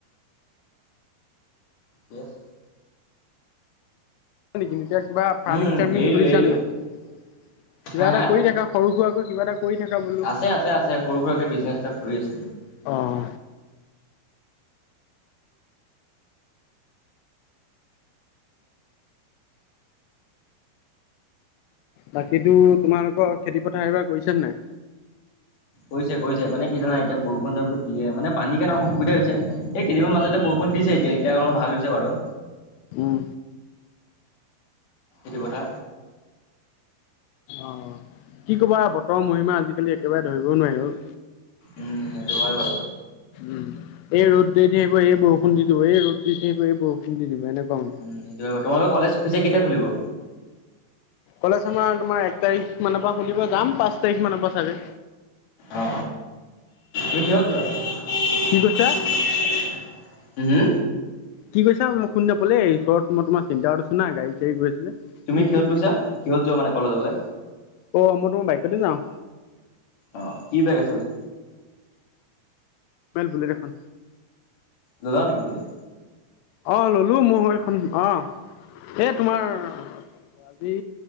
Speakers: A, on the left; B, on the left.
A: কিয়ছ
B: হয় নিকি এনেকুৱা কিবা ফাৰ্মিং
A: উম,
B: চাৰ্মিং
A: এৰিলো
B: কৰিছানে
A: এৰিলো
B: নাই কিবা
A: হা
B: এটা
A: হা
B: কৰি থাকা সৰু সুৰাকৈ কিবা এটা কৰি থাকা বোলো।
A: আছে আছে আছে সৰু সুৰাকে বিজনেছ এটা কৰি আছো
B: অঁ বাকীতো তোমালোকৰ খেতি পথাৰ এইবাৰ কৰিছা নে নাই
A: কৰিছে কৰিছে মানে কি জানা এতিয়া বৰষুণ চবোৰ দিয়ে মানে পানী কেনেক অসুবিধা হৈছে কেইদিনমান মাজতে বৰষূণ দিছে এতিয়া এতিয়া অকন ভাল হৈছে বাৰু
B: উম।
A: সেইটো কথা।
B: অ কি কবা বতৰৰ মহিমা আজিকালি একেবাৰে ধৰিবও নোৱাৰি আৰু
A: উম সেইটো হয় বাৰু
B: উম এই ৰ'দ দি ধিব এই বৰষুণ দি দিব এই ৰ'দ দি থাকিব এই বৰষুণ দি দিব এনেকুৱা মান
A: উ সেইটোৱে তোমালোকৰ কলেজ পিচে কেতিয়া খুলিব
B: কলেজ আমাৰ তোমাৰ এক তাৰিখ মানৰ পৰা খুলিব যাম পাঁচ তাৰিখ মানৰ পৰা চাগে
A: অ অ <unintelligible> কিহত যোৱা <unintelligible>
B: কি কৈছা?
A: হু হু
B: কি কইচা মই শুনি নাপাল এই ওচৰত মই তোমৰ চিন্তাৰত আছো না গাড়ী চাৰি গৈ আছে যে
A: তুমি
B: কি
A: কিহত
B: কি
A: গৈছা কিহত যোৱা মানে কলেজলে
B: অঁ মই তোমাৰ বাইকতে যাওঁ
A: অ কি বেগ আছে পেছ
B: <unintelligible> মেল বুলেট এখন
A: দাদাঅ <unintelligible> নেকি বোলেট
B: অ ললো মোৰ হয় এখন অ এই তোমাৰ আজি